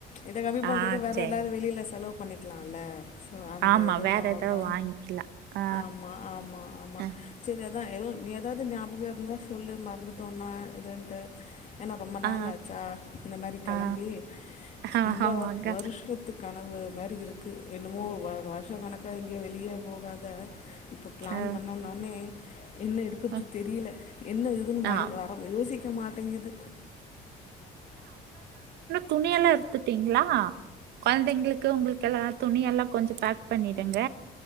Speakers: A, on the left; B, on the right.
A: இத கம்மி பண்ணுறது
B: ஆ
A: வேறு
B: சரி
A: எதாது வெளியில செலவு பண்ணிக்கலால சோ அந்த
B: ஆமா
A: இதுதா
B: வேற ஏதாவது
A: கா
B: வாங்கிக்கலாம் ஆ
A: ஆமா ஆமா ஆமா
B: ஆ
A: சேரி அதா எதோ எதாவ்துநா அ இருந்தா சொல்லு மறந்துட்டோன்னா இதுன்ட்டு ஏன்னா ரொம்ப நாள்
B: ஆ
A: ஆச்சா இந்த மாரி கெளம்பி
B: ஆ ஆ
A: ரொம்ப
B: ஆமாங்க
A: வருஷத்து கனவு மாரி இருக்குது என்னமோ வ வருஷ கணக்காக எங்கேயு வெளிய போகாத இப்போ பிளான்
B: ஆ
A: பண்ணோனோனே என்ன எடுக்குறது
B: ஆ
A: தெரியல என்ன இதுன்னு மைண்ட்
B: ஆ.
A: வர யோசிக்க மாட்டிங்குது
B: துணியெல்லா எடுத்துட்டிங்களா கெழந்திங்களுக்கு உங்களுக்கெல்லா துணியெல்லா கொஞ்சோ பேக் பண்ணிடுங்க